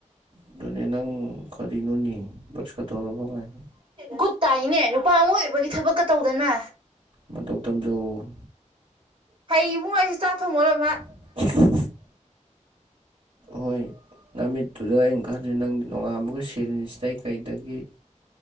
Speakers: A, on the right; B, on the right.
A: ꯑꯗꯨꯅꯦ ꯅꯪ ꯀꯔꯤ ꯅꯣꯅꯤ ꯕꯔ꯭ꯁ ꯀ ꯇꯧꯔꯕꯒꯥꯏꯅ
B: ꯒꯨꯠ ꯇꯥꯏꯅꯦ ꯅꯨꯄꯥ ꯑꯃ ꯑꯣꯏꯕꯒꯤ ꯊꯕꯛꯀ ꯇꯧꯗꯅ
A: ꯃꯇꯧ ꯇꯝꯖꯧ ꯑꯣ
B: ꯍꯩ ꯏꯕꯨꯡꯉꯣ ꯑꯩꯁꯨ ꯆꯥꯛ ꯊꯣꯡꯕ ꯂꯣꯏꯃꯛ
A: <inaudible> ꯍꯣꯏ ꯅꯃꯤꯠ ꯇꯨꯗ ꯑꯩꯅ ꯈꯟꯂꯤꯁꯤ ꯅꯪꯗꯤ ꯅꯣꯡꯉꯥꯟꯕꯒ ꯁꯤꯔꯤꯟ꯭ꯁꯗꯩ ꯀꯩꯗꯒꯤ